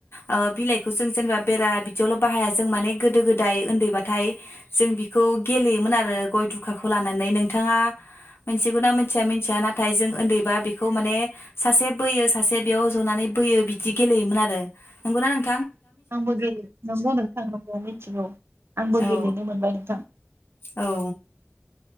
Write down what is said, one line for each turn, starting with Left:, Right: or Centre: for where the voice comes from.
Left: ओ बिलाइखौ जों जेनेबा बेरा बिदियावल बाहाया जों माने गोदो गोदाय उन्दैबाथाय जों बिखौ गेलेयोमोन आरो गय दुखाखौ लानानै नोंथाङा मोनथिगौना मोनथिया मिथिया नाथाय जों उन्दैबा बेखौ खौ माने सासे बोयो सासे बेयाव जनानै बोयो बिदि गेलेयोमोन आरो नंगौना ना
Right: आंबो गेले नंगौ नोंथां नंगौ मिथिगौ आंबो
Left: औ
Right: गेलेनो मोनबाय नोंथां
Left: औ ओ